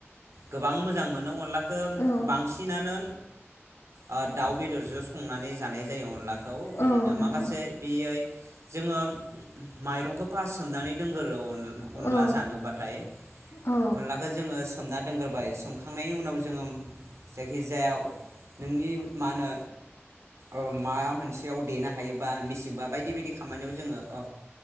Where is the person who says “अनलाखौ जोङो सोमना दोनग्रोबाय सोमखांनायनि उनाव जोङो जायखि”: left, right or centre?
Right